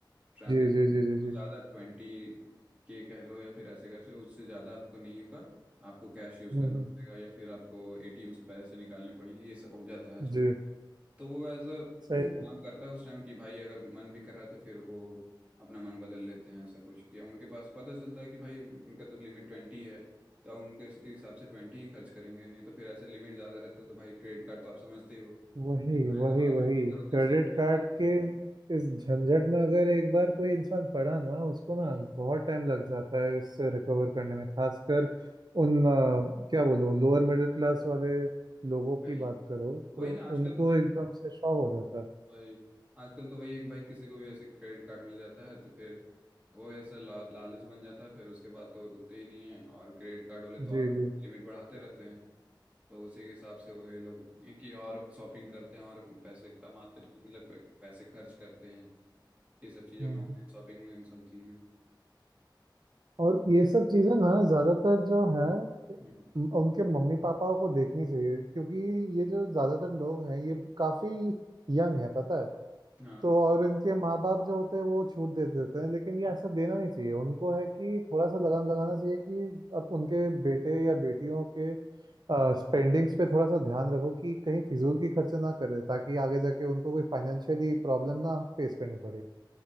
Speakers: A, on the right; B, on the right.
A: ट्रांजेक्शन
B: जी जी जी जी जी
A: ज़्यादा ट्वेंटी के कह लो या फिर ऐसे कैसे उससे ज़्यादा आपको नहीं होगा आपको कैश यूज़
B: हम्म
A: करना पड़ेगा
B: हम्म,
A: या फिर आपको एटीएम से पैसे निकालने पड़ेंगे ये सब हो जाता है आजकल
B: जी
A: तो वो एज अ <clears throat>
B: सही
A: काम करता है उस टाइम कि भाई अगर मन भी कर रहा है तो फिर वो अपना मन बदल लेते हैं ऐसा कुछ किया उनके पास पता चलता है कि भाई उनका तो लिमिट ट्वेंटी है तो अब उनके इस- हिसाब से ट्वेंटी ही खर्च करेंगे नहीं तो फिर ऐसे लिमिट ज़्यादा रहता है तो भाई क्रेडिट कार्ड तो आप समझते ही हो
B: वही
A: खरीद
B: वही
A: तो बात
B: वही
A: है करो
B: क्रेडिट
A: तो इसलिए
B: कार्ड के इस झंझट में अगर एक बार कोई इंसान पड़ा ना उसको
A: हम्म,
B: ना बहुत टाइम लग जाता है इससे रिकवर करने में खासकर उन अ, क्या बोलो लोअर मिडिल क्लास वाले लोगों की
A: भाई
B: बात करो तो
A: वही ना आजकल
B: उनको
A: तो भाई
B: एकदम से शॉक हो जाता है
A: भाई आजकल तो वही है कि भाई किसी को भी ऐसे क्रेडिट कार्ड मिल जाता है तो फिर वो ऐसा ला, लालच बन जाता है फिर उसके बाद तो वो रुकते ही नहीं है और क्रेडिट कार्ड वाले तो
B: जी
A: और
B: जी
A: लिमिट बढ़ाते रहते हैं तो उसी के हिसाब से वही लोग ये कि और शॉपिंग करते हैं और पैसे कमाते हैं मतलब पे- पैसे खर्च करते हैं ये सब चीज़ों
B: हम्म।
A: में ऑनलाइन शॉपिंग एंड समथिंग में
B: और ये सब चीज़ें ना ज़्यादातर जो हैं
A: हम्म,
B: उम, उनके मम्मी पापाओं को देखनी चाहिए क्योंकि ये जो ज़्यादातर लोग हैं ये काफ़ी यंग है पता है
A: हाँ
B: तो और इनके माँ बाप जो होते हैं वो छूट दे देते हैं लेकिन ये ऐसा देना नहीं चाहिए उनको है कि थोड़ा सा लगाम लगाना चाहिए कि अब उनके बेटे या बेटियों के स्पेंडिंग्स पे थोड़ा सा ध्यान रखो कि कहीं फिजूल की खर्चे ना करे ताकि आगे जाके उनको कोई फाइनेंशियली प्रॉब्लम ना फेस करनी पड़े